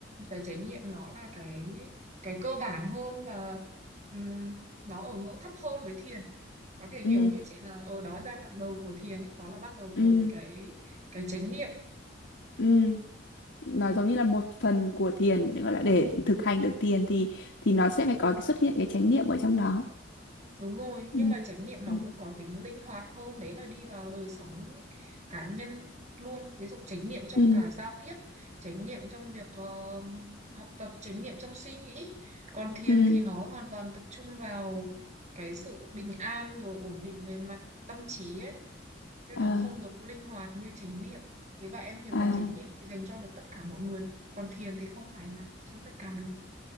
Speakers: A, on the right (about 40°); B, on the left (about 70°).
A: cái chánh niệm nó là cái cái cơ bản hơn và ừm, nó ở ngưỡng thấp hơn với thiền có thể hiểu
B: ừ
A: như chị là ở đó giai đoạn đầu của thiền ấy nó là bắt đầu
B: ừ
A: với cái cái chánh niệm
B: ừ nó giống như là một phần của thiền gọi là để thực hành được thiền thì thì nó sẽ phải có cái xuất hiện cái chánh niệm ở trong đó
A: Đúng rồi, nhưng
B: ừ
A: mà chánh niệm nó
B: ừ
A: cũng có tính linh hoạt hơn, đấy là đi vào đời sống cá nhân luôn. Ví dụ chánh niệm trong
B: ừ
A: cả giao tiếp, chánh niệm trong việc ờ, học tập, chánh niệm trong suy nghĩ. Còn thiền
B: ừ
A: thì nó hoàn toàn tập trung vào cái sự bình an rồi ổn định về mặt tâm trí ấy, chứ
B: Ờ,
A: nó không được linh hoạt như chánh niệm. Thế và em hiểu
B: à
A: là chánh niệm thì dành cho được tất cả mọi người, còn thiền thì không phải là cho tất cả được.